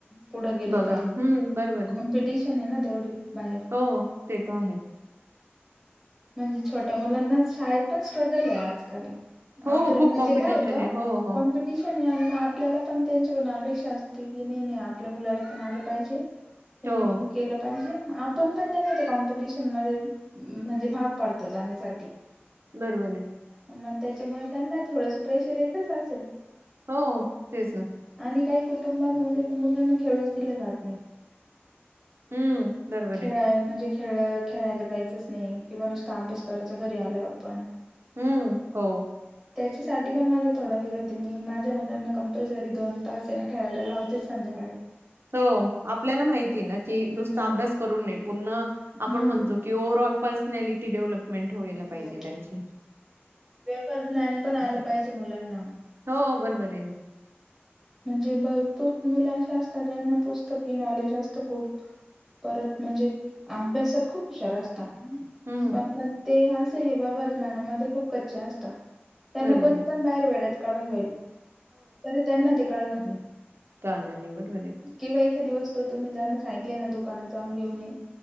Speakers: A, in the centre; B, on the right (about 65°).
A: पुढं गेले
B: बघा
A: पाहिजेॉमप
B: हम्म बरोबर आहे.
A: ट्यूशन आहे ना तेवढी बाहेर
B: हो ते तर आहे
A: म्हणजे छोट्या मुलांना शाळेत पण स्ट्रगल आहे आजकाल
B: हो
A: आपलं
B: खूप
A: म्हणजे
B: कॉम्पिटिशन
A: काय होतं
B: आहे. हो, हो,
A: कॉम्प्युटर तश नाही आणि मग आपल्याला पण त्यांच्याकडून अपेक्षा असते की नाही नाही आपल्या मुलाला पण आलं पाहिजे. त्यां
B: हो
A: पण केलं पाहिजे आपण पण त्यांना त्या कॉमपिटिशन म म्हणजे भाग पडतो जाण्यासाठी
B: बरोबर.
A: मग त्याच्यामुळे त्यांना थोडंस प्रेशर येतच असेल.
B: हो तेच ना
A: आणि काही कुटुंबांमध्ये मुलांना खेळूच दिले जात नाही.
B: हम्म बरोबर
A: खेळाय
B: आहे.
A: म्हणजे खेळ खेळायला जायचंच नाही. किंवा नुसता अभ्यास करायचा घरी आल्यावर पण
B: हम्म हो.
A: त्याच्यासाठी पण माझा थोडा विरोध आहे मी माझ्या मुलांना कंपल्सरी दोन तास हायना खेळायला लावतेच संध्याकाळी.
B: हो आपल्याला माहिती ना की
A: हम्म
B: नुसता अभ्यास करून नाही पूर्ण
A: हम्म
B: आपण म्हणतो की ओवर्ह ऑल पर्सनलिटी डेव्हप होयला
A: हो
B: पाहिजे त्यांची.
A: व्यवहार ज्ञान पण आलं पाहिजे मुलांना.
B: हो बरोबर आहेन.
A: म्हणजे भरपूर मुलं अशे असतात ज्यांना पुस्तकी नॉलेज असतं खूप परत म्हणजे अभ्यासात खूप हुशार असत
B: हम्म
A: पण मग ते अस. हेवा वरनानामध्ये खूप कच्चे असतात त्यांना
B: बरोबर
A: कोणी
B: आहे.
A: पण बाहेर वेड्यात काढून जाईल. तर त्यांना ते कळणार नाही.
B: चालणार नाही बरोबर आहे.
A: किंवा एकाा दिवस तर तुम्ही जरना सांगितले ना दुकानात जाऊन घेऊन ये